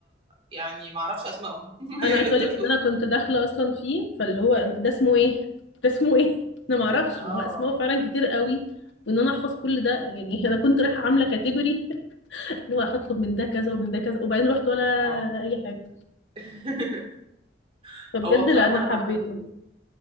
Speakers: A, on the right; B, on the left.
A: يعني ما اعرفش اسمائهم <laughs>
B: انا
A: هي
B: عايزه
A: اللي
B: اقول
A: بتطلب
B: لك ان انا كنت داخله اصلا فيه فاللي هو ده اسمه ايه <laughs> ده اسمه ايه انا ما اعرفش
A: اه
B: ما هو اسمائه فعلا كتير قوي وان انا احفظ كل ده
A: اه
B: يعني <laughs> انا كنت رايحه عامله كاتيجوري <laughs> اللي هو هطلب من ده كذا ومن ده كذا وبعدين رحت ولا
A: آه.
B: اي حاجه
A: <laughs>
B: فبجد
A: هو بصراحه
B: لا انا
A: انا
B: حبيته
A: بعتبره